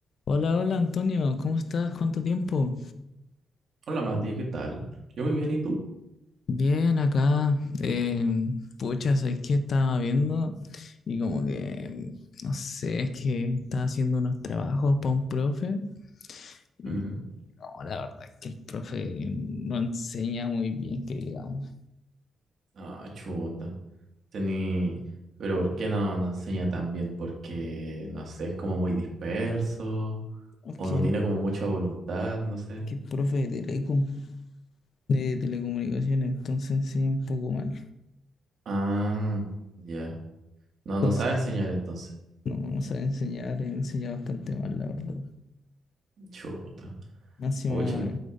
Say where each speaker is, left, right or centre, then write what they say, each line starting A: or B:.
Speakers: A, on the left; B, on the right.
A: Hola, hola Antonio, ¿cómo estás? ¿Cuánto tiempo?
B: Hola Mati, ¿qué tal? Yo muy bien, ¿y tú?
A: Bien, acá. Eh, pucha, ¿sabes qué estaba viendo? Y como que, no sé, es que estaba haciendo unos trabajos para un profe y
B: Mm,
A: no, la verdad es que el profe no enseña muy bien, que digamos.
B: Ah, chuta. Tení... Pero ¿por qué no, no enseña tan bien? Porque, no sé, es como muy disperso
A: Es
B: o
A: que
B: no tiene
A: el,
B: como mucha voluntad, no sé.
A: es que el profe de telecom de telecomunicaciones, entonces sí, un poco mal.
B: Ah, ya. No, no
A: Entonces,
B: sabe enseñar entonces.
A: no, no sabe enseñar, enseña bastante mal, la verdad.
B: Chuta.
A: Más Encima,
B: Pucha, en-